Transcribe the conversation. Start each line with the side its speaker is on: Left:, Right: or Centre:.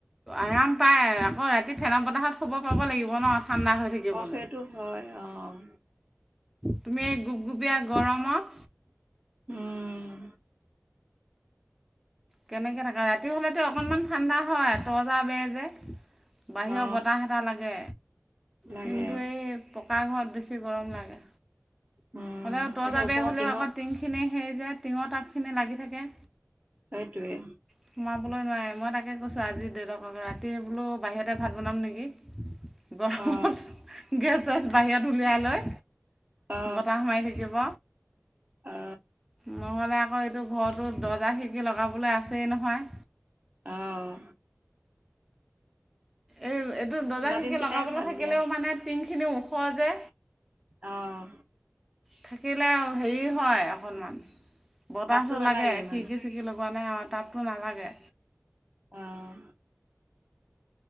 Centre: আৰাম পায় আকৌ ৰাতি ফেন বতাহত শুব খোৱাব লাগিব ন ঠাণ্ডা হৈ থাকিব
Right: অ' সেইটো হয় অ'
Centre: গুপ গুপীয়া গৰমত।
Right: উম
Centre: কেনেকে থাকে ৰাতি হলেতো অকনমান ঠাণ্ডা হয় ত জা বে যে বাহিৰৰ
Right: অ
Centre: বতাহ এটাহ লাগে।
Right: লাগে
Centre: কিন্তু এই পকা ঘৰত বেছি। গৰম লাগে
Right: উম
Centre: হলে তই
Right: তাকে
Centre: জাগে
Right: ওপৰৰ
Centre: হ'লেও
Right: টিঙত
Centre: আকৌ টিং খিনি সেই যে টিঙৰ টাপখিনি লাগি থাকে।
Right: সেইটোৱে
Centre: সোমাবলৈ নোৱাৰে মই তাকে কৈছো আজি দেউতাক ৰাতি বোলো বাহিৰতে ভাত বনাম নেকি গৰমত
Right: অ
Centre: গেছ চেছ বাহিৰত উলিয়াই লয়।
Right: অ
Centre: বতাহ মাৰি থাকিব
Right: অ
Centre: নহ'লে আকৌ। কি ঘৰতো দৰ্জা খিৰ্কি লগাবলৈ আছেই নহয়।
Right: অঁহ
Centre: এই এইটো দৰ্জা খিৰ্কী
Right: দিন কেইটাই
Centre: লগাবলৈ
Right: ভাল
Centre: থাকিলেও
Right: দিয়া
Centre: মানে টিংখিনি ওখ যে।
Right: অহ
Centre: থাকিলে আৰু হেৰি হয় অকণমান বতাহটো
Right: তাপতো নালাগে
Centre: লাগে
Right: ইমান
Centre: খিৰিকি চিকি লগোৱা নাই আৰু তাততো নালাগে।
Right: অহ